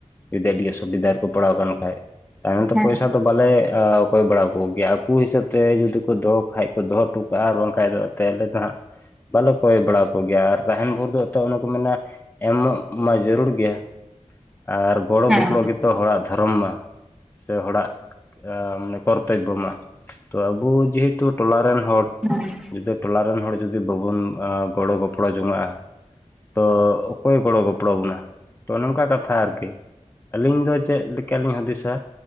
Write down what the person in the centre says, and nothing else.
ᱦᱮᱸ
ᱦᱮᱸ
ᱦᱮᱸ᱾